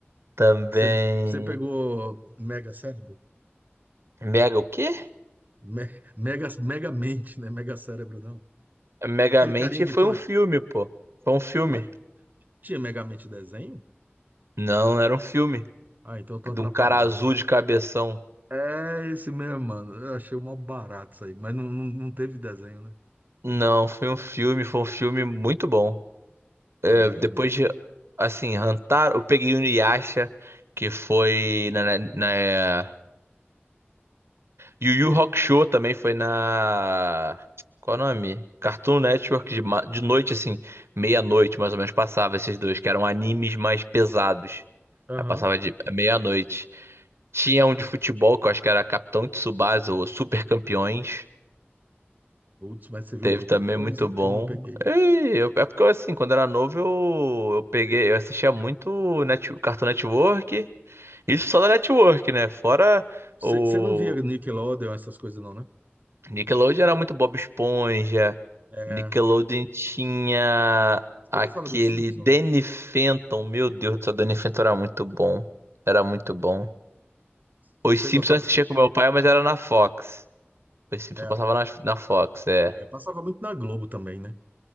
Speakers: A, on the right; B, on the right.
A: também
B: Você você pegou Mega Cérebro?
A: Mega o quê?
B: Me- Mega, mega mente, né? Mega cérebro, não.
A: Megamente
B: Aquele carinha que
A: foi
B: tinha
A: um
B: uma.
A: filme, pô. Foi um filme.
B: Mas tinha mega mente desenho?
A: Não, não era um filme.
B: Ah, então eu tô
A: De
B: atrapalhando.
A: um cara azul de cabeção.
B: É esse mesmo, mano. Eu achei uma barata isso aí. Mas não, não, não teve desenho, né?
A: Não, foi um filme, foi um filme muito bom. é,
B: É, mega
A: depois
B: mente.
A: de, assim, Hantaro, eu peguei o Inuyasha, que foi na, na, na- Yu Yu Hakusho também foi na... Qual é o nome? Cartoon Network, de, ma- de noite, assim, meia-noite, mais ou menos, passava esses dois, que eram animes mais pesados.
B: Aham.
A: Aí passava de meia-noite. Tinha um de futebol, que eu acho que era Capitão Tsubasa, ou Super Campeões.
B: Putz, mas você viu
A: Teve
B: muita
A: também
B: coisa,
A: muito
B: hein?
A: bom.
B: Que eu não peguei.
A: E eu- é porque assim, quando era novo, eu, eu peguei, eu assistia muito Net, Cartoon Network. Isso só da Network, né? Fora
B: Você
A: o
B: você não via Nickelodeon, essas coisas, não, né?
A: Nickelodeon era muito Bob Esponja.
B: É.
A: Nickelodeon tinha
B: Você
A: aquele
B: gostava dos Simpsons?
A: Danny Phantom. Meu Deus do céu, Danny Phantom era muito bom. Era muito bom.
B: Você
A: Os Simpsons
B: gostava
A: eu assistia
B: do.
A: com meu pai, mas era na Fox. Os Simpsons
B: É,
A: eu passava na, na Fox, é.
B: é, passava muito na Globo também, né?